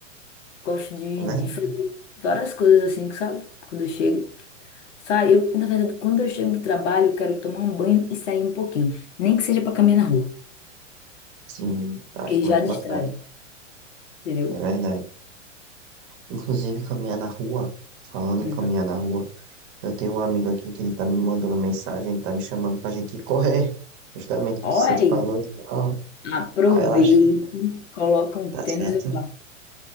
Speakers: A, on the left; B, on the right.
A: gosto de,
B: É verdade,
A: de fazer várias coisas assim, que sabe? Quando eu chego Sai, eu, na verdade, quando eu chego do trabalho, eu quero tomar um banho e sair um pouquinho. Nem que seja para caminhar na rua,
B: sim, eu
A: porque
B: acho
A: já
B: muito
A: distrai,
B: bacana,
A: entendeu?
B: é verdade. Inclusive, caminhar na rua, falando
A: Hum.
B: em caminhar na rua, eu tenho um amigo aqui que ele tá me mandando mensagem, ele tá me chamando pra gente ir correr, justamente
A: Oi,
B: o que você falou e tal.
A: aproveite,
B: Aí eu acho que
A: coloca um
B: tá
A: tênis
B: certo.
A: e vá,